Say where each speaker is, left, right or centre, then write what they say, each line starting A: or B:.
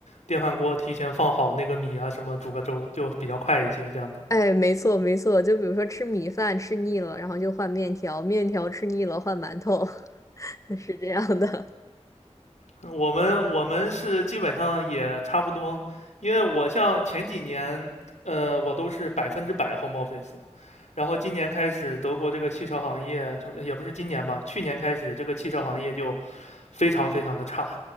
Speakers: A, on the left; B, on the left.
A: 电饭锅提前放好那个米啊，什么煮个粥，就比较快一些，这样子。
B: 哎，没错没错，就比如说吃米饭吃腻了，然后就换面条，面条吃腻了换馒头，<laughs> 是这样的。
A: 我们我们是基本上也差不多，因为我像前几年，呃，我都是百分之百 home office，然后今年开始，德国这个汽车行业从也不是今年吧，去年开始这个汽车行业就非常非常的差，